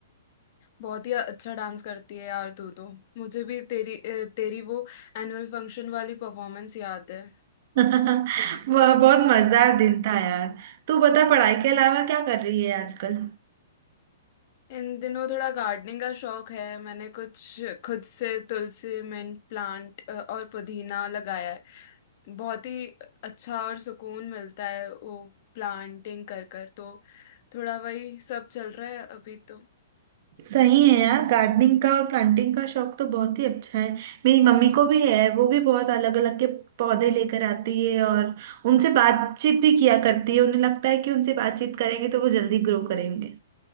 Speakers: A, on the left; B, on the right.
A: बहुत ही अच्छा डांस करती है यार तू तो मुझे भी तेरी अ, तेरी वो एनुअल फंक्शन वाली परफॉर्मेंस याद है
B: <laughs> वह बहुत मजेदार दिन था यार तू बता पढ़ाई के अलावा क्या कर रही है आजकल
A: इन दिनों थोड़ा गार्डनिंग का शौक है मैंने कुछ खुद से तुलसी मिंट प्लांट और पुदीना लगाया है बहुत ही अच्छा और सुकून मिलता है वो प्लांटिंग कर कर तो थोड़ा वही सब चल रहा है अभी तो
B: सही है यार गार्डनिंग का और प्लांटिंग का शौक तो बहुत ही अच्छा है मेरी मम्मी को भी है वो भी बहुत अलग अलग के पौधे लेकर आती है और उनसे बातचीत भी किया करती है उन्हें लगता है कि उनसे बातचीत करेंगे तो वो जल्दी ग्रो करेंगे